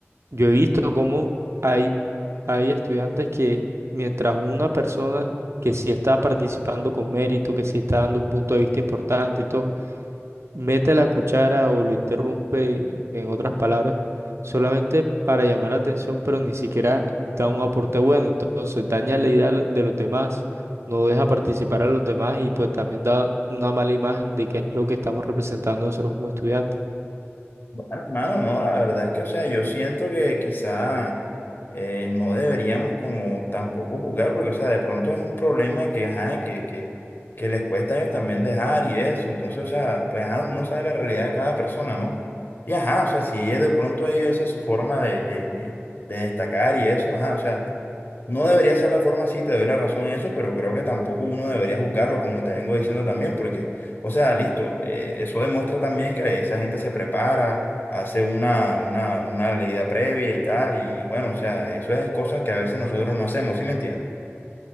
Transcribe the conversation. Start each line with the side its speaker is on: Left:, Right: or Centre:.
Right: Yo he visto cómo hay, hay estudiantes que mientras una persona que sí está participando con mérito, que sí está dando un punto de vista importante y todo, mete la cuchara o lo interrumpe, en otras palabras, solamente para llamar la atención, pero ni siquiera da un aporte bueno. Entonces daña la idea de los demás, no deja participar a los demás y pues también da una mala imagen de qué es lo que estamos representando nosotros como estudiantes.
Left: Bueno, hermano, no, la verdad es que, o sea, yo siento que quizá eh, no deberíamos como tampoco jugar, porque, o sea, de pronto es un problema que, ajá, que, que, que les cuesta a ellos también dejar y eso, entonces, o sea, pues, ajá, uno no sabe la realidad de cada persona, ¿no? Y, ajá, o sea, si ella de pronto ellos, esa es su forma de, de, de, de destacar y eso, ajá, o sea. No debería ser la forma, sí, te doy la razón en eso, pero creo que tampoco uno debería juzgarlos, como te vengo diciendo también, porque, o sea, listo, eh, eso demuestra también que esa gente se prepara, hace una, una, una leída previa y tal, y, y bueno, o sea, eso es cosas que a veces nosotros no hacemos, ¿sí me entiendes?